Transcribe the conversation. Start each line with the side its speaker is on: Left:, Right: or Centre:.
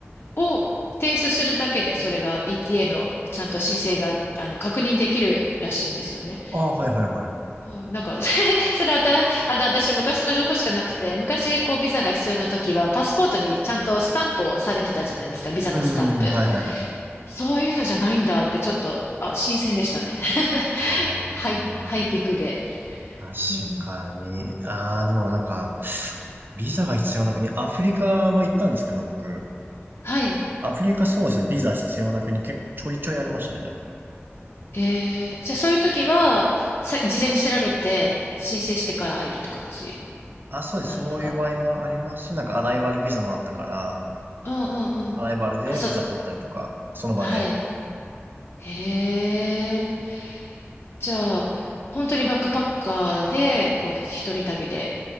Left: を提出するだけで、それが ETA のちゃんと申請が、あの、確認できるらしいんですよね。
Right: ああ、はいはいはい。
Left: うん、なんか <laughs> それは新し、あの、私昔の情報しかなくて、昔こうビザが必要な時は、パスポートにちゃんとスタンプをされてたじゃないですか、ビザのスタンプ。
Right: うーん、はいはいはい。
Left: そういうのじゃないんだってちょっと、あ、新鮮でしたね。
Right: あー
Left: <laughs> ハイ、ハイテクで。
Right: 確かに。
Left: うん。
Right: あーでもなんか、ビザが必要な国、アフリカは行ったんですけど、僕。
Left: はい。
Right: アフリカそうですね、ビザ必要な国結構ちょいちょいありましたね、でも。
Left: えー、じゃあそういう時は、さ、事前に調べて申請してから入るって感じ
Right: あ、そうです、
Left: なんですか
Right: そういう場合もありますし、なんかアライバルビザもあったから、
Left: うんうんうん。
Right: アライバルでビザ取ったりとか、
Left: あ、そう、
Right: その場で。
Left: はい。へえ。じゃあ、本当にバックパッカーで、こう、一人旅で。